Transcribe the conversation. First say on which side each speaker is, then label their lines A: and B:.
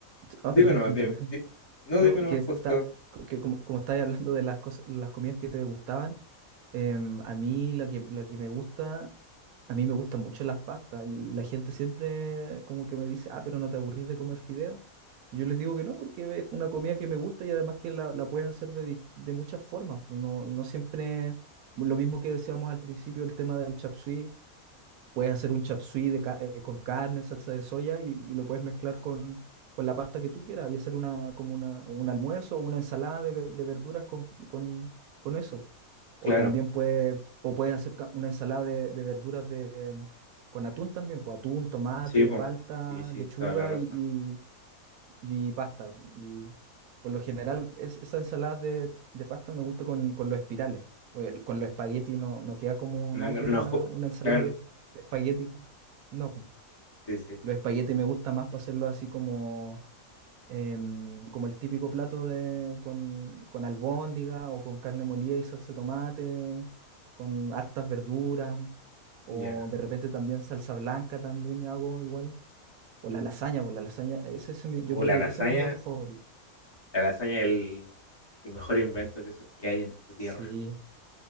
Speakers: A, on the right (about 85°); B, on the left (about 25°).
A: ah,
B: dime
A: perdón,
B: nomás,
A: te interrumpí.
B: dime. Di- No,
A: No,
B: dime nomás
A: que está,
B: justo.
A: que como, como estáis hablando de las cosas, las comidas que te gustaban. Em, a mí lo que, lo que me gusta, a mí me gustan mucho las pastas y la gente siempre como que me dice, ah, pero no te aburrís de comer fideo. Y yo les digo que no, porque es una comida que me gusta y además que la, la puedes hacer de, di- de muchas formas. pues No, no siempre lo mismo que decíamos al principio, el tema del chapsui. Puedes hacer un chap suey de ca- eh, con carne, salsa de soya y, y lo puedes mezclar con, con la pasta que tú quieras y hacer una, como una, un almuerzo o una ensalada de, ve- de verduras con, con, con eso.
B: Claro,
A: O también puedes, o puedes hacer ca- una ensalada de, de verduras de, con atún también, pues atún, tomate,
B: sí, po.
A: palta,
B: Sí, sí,
A: lechuga
B: toda la razón.
A: y y pasta. Y por lo general, es, esa ensalada de, de pasta me gusta con, con los espirales. o el- Con los espaguetis no, no queda como
B: No,
A: nada que
B: no,
A: ver una,
B: ju-
A: una ensalada
B: claro,
A: de, de espagueti. No, po.
B: sí, sí.
A: los espaguetis me gusta más para hacerlo así como, em, como el típico plato de, con, con albóndiga o con carne molida y salsa de tomate, con hartas verduras. O
B: Ya.
A: de repente también salsa blanca también hago igual. O la lasaña, pues la lasaña, ese es mi- yo
B: O
A: creo
B: la
A: que
B: lasaña,
A: ese es mi plato favorito.
B: la lasaña es el, el mejor invento que, so- que hay en esta tierra.
A: Sí.